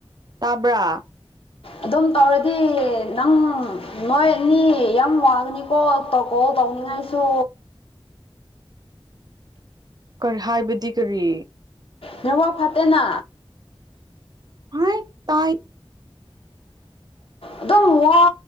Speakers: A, on the right (about 45°); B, on the left (about 75°).
A: ꯇꯥꯕ꯭ꯔ
B: ꯑꯗꯨꯝ ꯇꯧꯔꯗꯤ ꯅꯪ ꯅꯣꯏꯅꯤ ꯌꯥꯝ ꯋꯥꯒꯅꯤꯀꯣ ꯇꯣꯛꯑꫭ ꯀꯥꯎꯅꯤꯡꯉꯥꯏꯁꯨ
A: ꯀꯔꯤ ꯍꯥꯏꯕꯗꯤ ꯀꯔꯤ
B: ꯅꯋꯥ ꯐꯠꯇꯦꯅ
A: ꯍꯥꯏ ꯇꯥꯏ
B: ꯑꯗꯨꯝ ꯋꯥ